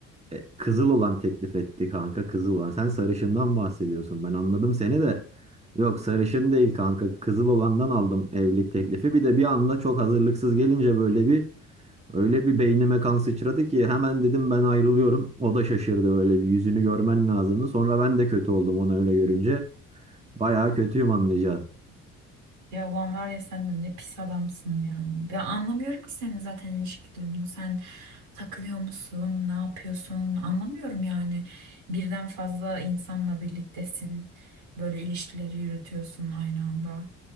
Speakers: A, on the right (about 15°); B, on the right (about 70°).
A: E, Kızıl olan teklif etti kanka kızıl olan. Sen sarışından bahsediyorsun. Ben anladım seni de. Yok sarışın değil kanka. Kızıl olandan aldım evlilik teklifi. Bir de bir anda çok hazırlıksız gelince böyle bir öyle bir beynime kan sıçradı ki hemen dedim ben ayrılıyorum. O da şaşırdı böyle bir yüzünü görmen lazımdı. Sonra ben de kötü oldum onu öyle görünce. Bayağı kötüyüm anlayacaksın.
B: Ya ulan var ya sen de ne pis adamsın ya. Ben anlamıyorum ki senin zaten ilişki durumunu. Sen takılıyor musun? Ne yapıyorsun? Anlamıyorum yani. Birden fazla insanla birliktesin. Böyle ilişkileri yürütüyorsun aynı anda.